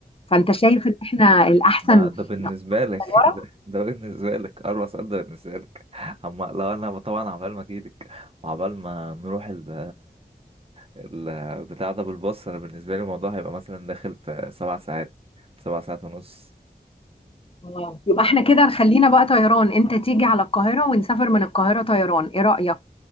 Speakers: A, on the left (about 30°); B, on the right (about 35°).
A: فانت شايف ان احنا الاحسن
B: ما ده بالنسبه لك
A: طيارة
B: <laughs> ده, ده بالنسبه لك اربع ساعات ده بالنسبه لك اما لو انا طبعا عبال ما اجيلك وعبال ما نروح ال البتاع ده بالباص انا بالنسبه لي الموضوع هيبقى مثلا داخل في سبع ساعات سبع ساعات ونص
A: آه. يبقى احنا كده خلينا بقى طيران انت تيجي على القاهرة ونسافر من القاهرة طيران ايه رأيك